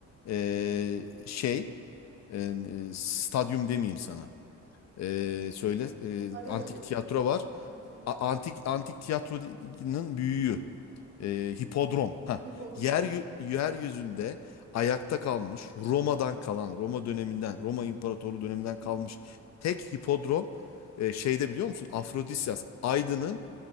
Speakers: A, on the left; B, on the right.
A: e, şey e, e, stadyum demeyeyim sana. E, söyle e,
B: Arena
A: antik
B: gibi
A: tiyatro
B: mi?
A: var.
B: Ha, tiyatro.
A: A- antik antik tiyatronun büyüğü. E, hipodrom. Ha.
B: Hipodrom.
A: Yer yeryüzünde ayakta kalmış Roma'dan kalan Roma döneminden Roma İmparatorluğu döneminden
B: Hı hı.
A: kalmış tek hipodrom e, şeyde biliyor musun? Afrodisias Aydın'ın